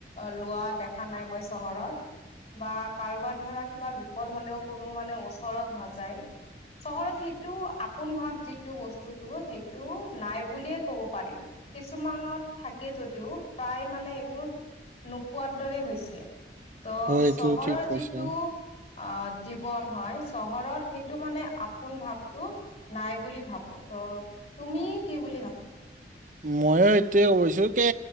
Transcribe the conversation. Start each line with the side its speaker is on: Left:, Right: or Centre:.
Left: লোৱা দেখা নাই মই চহৰত। বা কাৰোবাৰ ধৰা কিবা বিপদ হলেও কোনো মানে ওচৰত নাযায়। চহৰত সেইটো আপোন ভাৱ যিটো বস্তুটো সেইটো নাই বুলিয়ে ক'ব পাৰি। কিছুমানত থাকে যদিও প্ৰায় মানে এইবোৰ নোপোৱাৰ দৰে হৈছে। ত'
Right: হয় এইটো
Left: চহৰৰ
Right: ঠিক কৈছা
Left: যিটো আহ জীৱন হয় চহৰত সেইটো মানে আপোন ভাৱটো নাই বুলি ভাবো যে তুমি কি বুলি ভাবা?
Right: ময়ো সেইটোয়ে কৈছো কে